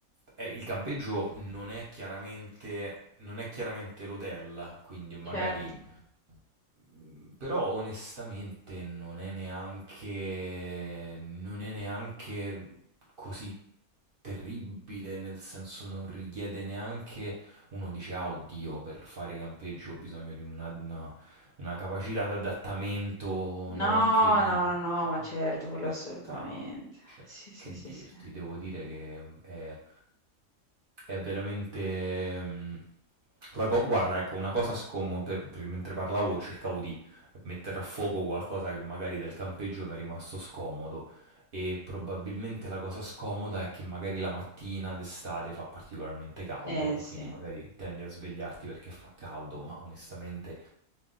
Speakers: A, on the right; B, on the left.
A: eh, il campeggio non è chiaramente non è chiaramente l'hotel, quindi magari
B: Certo.
A: mhmm, però onestamente non è neanche non è neanche così terribile, nel senso non richiede neanche uno dice, ah, oddio, per fare campeggio ho bisogno di una, una- una capacità di adattamento,
B: No,
A: no, incredibile.
B: no, no, no, ma certo,
A: In
B: quello
A: realtà,
B: assolutamente.
A: cioè,
B: Sì, sì,
A: che
B: sì,
A: dirti,
B: sì.
A: devo dire che mm, è, è veramente... mm, la co- guarda, ecco, una cosa scomoda, per- per- mentre parlavo cercavo di mettere a fuoco qualcosa che magari del campeggio mi è rimasto scomodo. E probabilmente la cosa scomoda è che magari la mattina d'estate fa particolarmente caldo
B: Eh
A: e
B: sì.
A: quindi magari tendi a svegliarti perché fa caldo, ma onestamente